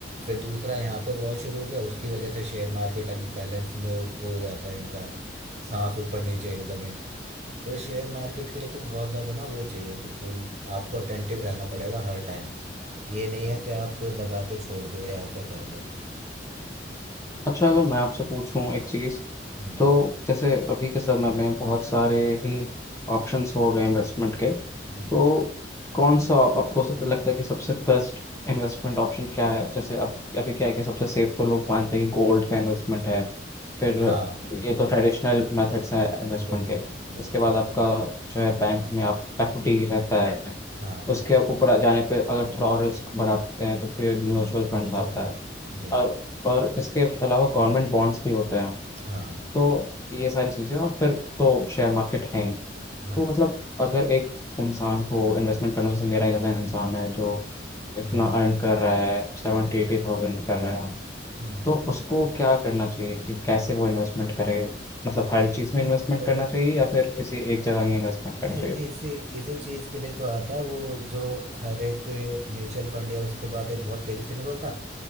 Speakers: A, on the right (about 40°); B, on the left (about 15°).
A: फिर दूसरा यहाँ पे वॉर शुरू हो गया उसकी वजह से शेयर मार्केट अनबैलेंस में वो हो जाता है इनका सांस ऊपर नीचे एकदम ही तो शेयर मार्केट के लिए तो बहुत ज़्यादा ना वो चाहिए बिल्कुल आपको अटेंटिव रहना पड़ेगा हर टाइम ये नहीं है कि आप लगा के छोड़ दो या ऐसा कर लो
B: अच्छा अगर मैं आपसे पूछूं एक चीज़
A: हम्म
B: तो जैसे अभी के समय में बहुत सारे ही ऑप्शंस हो गए इन्वेस्टमेंट के तो
A: हम्म,
B: कौन सा आपको स- लगता है कि सबसे बेस्ट इन्वेस्टमेंट ऑप्शन क्या है जैसे अब अभी क्या है कि सबसे सेफ तो लोग मानते हैं कि गोल्ड का इन्वेस्टमेंट है फिर
A: हाँ
B: ये तो ट्रेडिशनल मेथड्स हैं इन्वेस्टमेंट
A: बिल्कुल
B: के
A: बिल्कुल
B: उसके बाद आपका जो है बैंक में आप एफडी रहता है
A: हाँ
B: उसके ऊपर जाने पे अगर थोड़ा और रिस्क बढ़ाते हैं तो फिर म्यूचुअल
A: Mutual
B: फंड्स आता
A: fund
B: है
A: जी
B: और और इसके अलावा गवर्नमेंट बॉन्ड्स भी होते हैं
A: हाँ
B: तो ये सारी चीज़ें और फिर तो शेयर मार्केट है ही
A: हाँ
B: तो मतलब अगर एक इंसान को इन्वेस्टमेंट करना जैसे मेरा जैसा इंसान है जो इतना
A: हम्म
B: अर्न कर रहा है सेवेंटी एटी थाउजेंड कर रहा है
A: हम्म
B: तो उसको क्या करना चाहिए कि कैसे वो इन्वेस्टमेंट करे मतलब हर चीज़ में इन्वेस्टमेंट
A: बट
B: करना चाहिए या फिर किसी एक जगह ही इन्वेस्टमेंट करना चाहिए
A: इसी इसी चीज के लिए तो आता है वो जो हर एक म्यूचुअल फंड या उसके बाद एक बहुत तेजी से नहीं बोलता